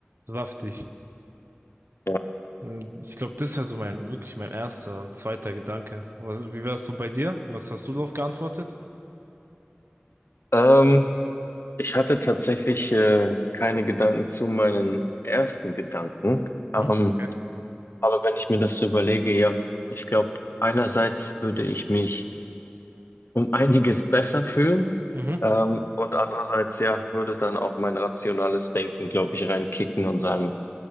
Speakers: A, on the right; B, on the left.
A: saftig.
B: Ja.
A: Äh, Ich glaube, das wäre so mein, wirklich mein erster und zweiter Gedanke. Was, wie wär's so bei dir? Was hast du darauf geantwortet?
B: Ähm, ich hatte tatsächlich äh, keine Gedanken zu meinen ersten Gedanken. Ähm,
A: Mhm. Okay.
B: aber wenn ich mir das so überlege, ja, ich glaube, einerseits würde ich mich um einiges besser fühlen,
A: Mhm.
B: Ähm, und andererseits, ja, würde dann auch mein rationales Denken, glaube ich, reinkicken und sagen,